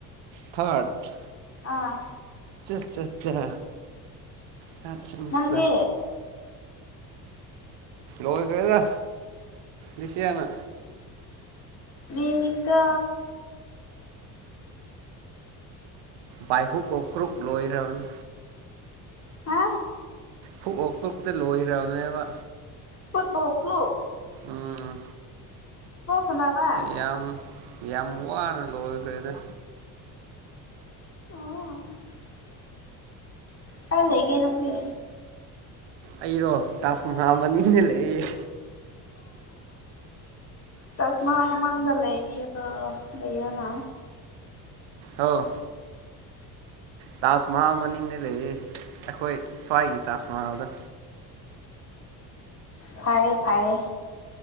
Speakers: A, on the right; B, on the left.
A: ꯊꯥꯠ
B: ꯑꯥ
A: ꯆꯥ ꯑꯆꯥ ꯇꯠꯁꯇ
B: ꯅꯪꯗꯤ
A: ꯣꯕ ꯀꯩꯗ ꯗꯤꯁꯤꯅ
B: ꯃꯤꯦꯅꯤꯀꯥ
A: ꯑ ꯥꯏꯍꯨꯛ ꯑꯣꯀ꯭ꯔꯨꯛ ꯂꯣꯏꯈ꯭ꯔꯅꯤ
B: ꯍꯥ
A: ꯍꯨꯛ ꯑꯣꯛ ꯀꯛꯇ ꯂꯣꯏꯈ꯭ꯔꯕꯅꯦꯕ
B: ꯐꯠ ꯥꯎꯛꯂꯣ
A: ꯎꯝ
B: ꯁꯥꯟꯅꯕ
A: ꯌꯥꯝ ꯌꯥꯝ ꯋꯥꯅꯦ ꯂꯣ ꯐꯗ
B: ꯑꯣ ꯀ ꯂꯩꯒꯦꯅꯗ
A: ꯑꯩꯔꯣ ꯇꯥꯖ ꯃꯍꯜ ꯃꯅꯤꯡꯅ ꯂꯩꯌꯦ
B: ꯇꯁ ꯃꯥ ꯃꯥꯡꯥꯡꯂ ꯂꯩꯌꯅ
A: ꯑꯥꯎ ꯇꯥꯖ ꯃꯍꯜ ꯃꯅꯤꯡꯅꯦ ꯂꯩꯌꯦ ꯑꯩꯈꯣꯏ ꯁ꯭ꯋꯥꯏꯒꯤ ꯇꯥꯖ ꯃꯍꯜꯗ
B: ꯐꯔꯌꯦꯦ ꯐꯔꯌꯦꯦ